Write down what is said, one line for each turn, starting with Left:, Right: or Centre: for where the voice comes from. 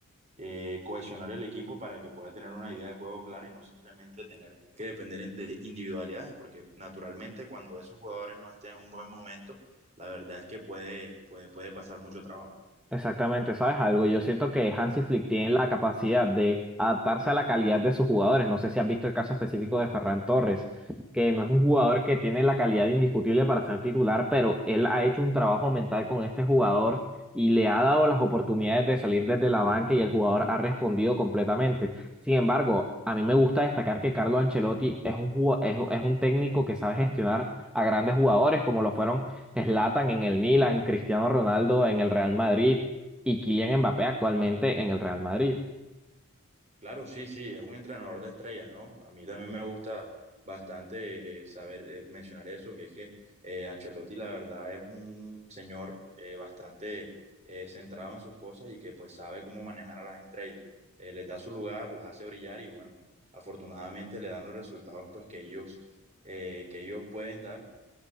Right: eh, cohesionar el equipo para que pueda tener una idea de juego clara y no simplemente tener que depender de individualidades, porque naturalmente cuando esos jugadores no estén en un buen momento, la verdad es que puede, puede, puede pasar mucho trabajo.
Centre: Exactamente, ¿sabes algo? Yo siento que Hansi Flick tiene la capacidad de adaptarse a la calidad de sus jugadores. No sé si has visto el caso específico de Ferran Torres, que no es un jugador que tiene la calidad indiscutible para ser titular, pero él ha hecho un trabajo mental con este jugador y le ha dado las oportunidades de salir desde la banca y el jugador ha respondido completamente. Sin embargo, a mí me gusta destacar que Carlo Ancelotti es un, jugo- es, es un técnico que sabe gestionar a grandes jugadores como lo fueron. Zlatan en el Milan, Cristiano Ronaldo en el Real Madrid, y Kylian Mbappé actualmente en el Real Madrid.
Right: Claro, sí, sí, es un entrenador de estrellas, ¿no? A mí también me gusta bastante eh, saber eh, mencionar eso, que es que eh, Ancelotti la verdad es un señor eh, bastante eh, centrado en sus cosas y que pues sabe cómo manejar a las estrellas. Eh, les da su lugar, las hace brillar y bueno, afortunadamente le dan los resultados pues que ellos, eh, que ellos pueden dar